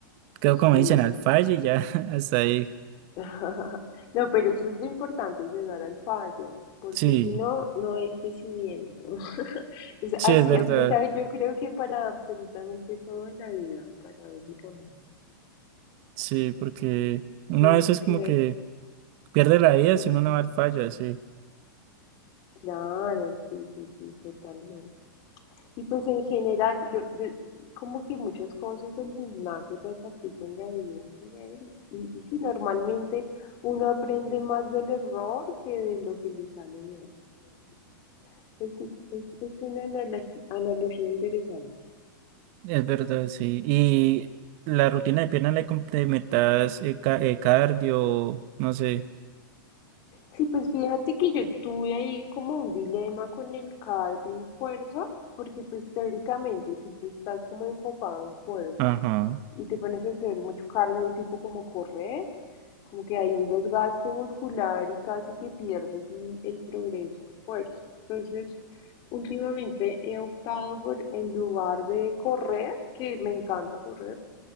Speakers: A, on the right; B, on the left.
A: quedo
B: Ujú.
A: como dicen al fallo y ya <laughs> hasta ahí.
B: <laughs> No, pero eso es lo importante, llegar al fallo, porque
A: Sí,
B: si no, no hay crecimiento. Es-
A: sí,
B: Así
A: es verdad.
B: aplica, yo creo que para absolutamente todo en la vida, paradójicamente.
A: Sí, porque uno
B: Si, no-
A: a veces
B: si
A: como
B: no
A: que
B: hay...
A: pierde la vida
B: Ujú.
A: si uno no va al fallo así.
B: Claro, sí, sí, sí, totalmente. Y pues en general, yo, yo como que muchas cosas del gimnasio las aplico en la vida en general. Y, y sí, normalmente uno aprende más del error que de lo que le sale bien. Entonces, pues sí, es, es una analogi- analogía interesante.
A: Es verdad, sí. Y la rutina de pierna le complementas eh, ca- eh, cardio, no sé.
B: Sí, pues fíjate que yo tuve ahí como un dilema con el cardio y fuerza, porque pues teóricamente si tú estás como enfocado en fuerza
A: Ajá,
B: y te pones a hacer mucho cardio tipo como correr, como que hay un desgaste muscular y casi que pierdes l- el progreso en fuerza. Entonces, últimamente he optado por, en lugar de correr, que me encanta correr,